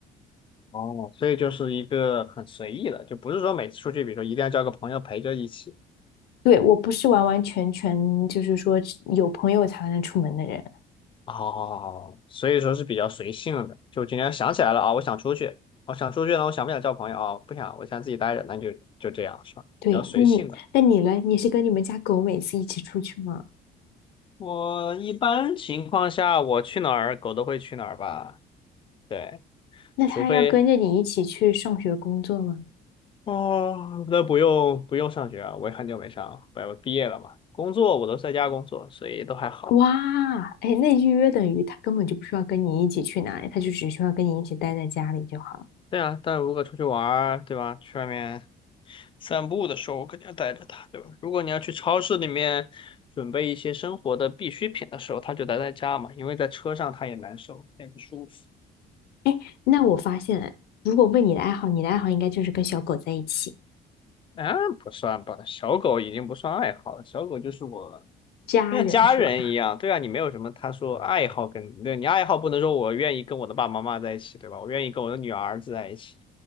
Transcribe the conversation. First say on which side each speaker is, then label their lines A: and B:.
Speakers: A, on the left; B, on the left.
A: 哦，所以就是一个很随意的，就不是说每次出去，比如说一定要叫个朋友陪着一起。
B: 对，我不是完完全全就是说有朋友才能出门的人。
A: 哦，所以说是比较随性的。就今天想起来了啊，我想出去，我想出去呢，我想不想叫朋友啊？不想，我想自己待着，那就就这样，是吧？
B: 对，
A: 比较随性的。
B: 那你那你嘞？你是跟你们家狗每次一起出去吗？
A: 我一般情况下，我去哪儿，狗都会去哪儿吧？对，
B: 那它要跟着你一起去上学工作吗？
A: 除非哦，那不用不用上学啊，我也很久没上，我毕业了嘛。工作我都在家工作，所以都还好。
B: 哇，哎，那预约等于它根本就不需要跟你一起去哪里，它就只需要跟你一起待在家里就好了。
A: 对啊，但如果出去玩儿，对吧？去外面散步的时候，我肯定要带着它，对吧？如果你要去超市里面准备一些生活的必需品的时候，它就待在家嘛，因为在车上它也难受，它也不舒服。
B: 哎，那我发现了如果问你的爱好，你的爱好应该就是跟小狗在一起，
A: 啊，不算吧，小狗已经不算爱好了，小狗就是我
B: 家人是吧？
A: 就像家人一样，对啊，你没有什么他说爱好跟，对，你爱好不能说我愿意跟我的爸爸妈妈在一起，对吧？我愿意跟我的女儿儿子在一起，